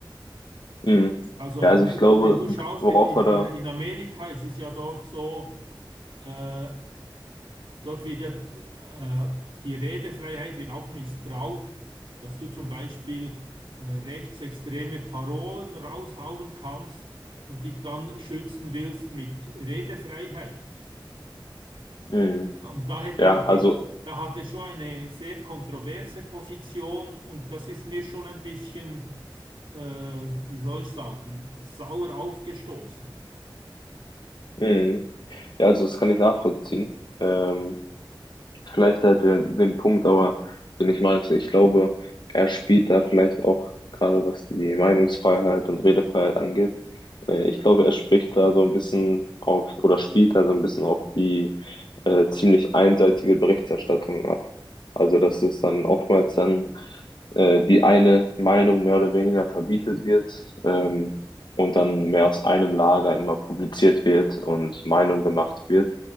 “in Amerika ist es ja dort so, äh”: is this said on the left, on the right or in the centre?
Right